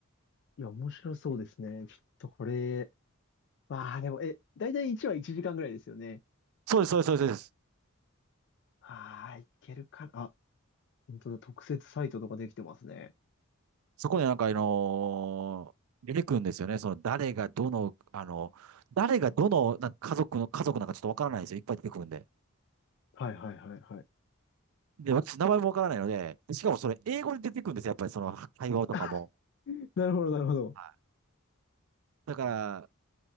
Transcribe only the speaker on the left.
いや、面白そうですね。ちょっとこれ、わあ、でも、え、だいたい1話1時間ぐらいですよね。
はーい、いけるかな。あ、本当だ、特設サイトとかできてますね。
はいはいはいはい。
<laughs> なるほどなるほど。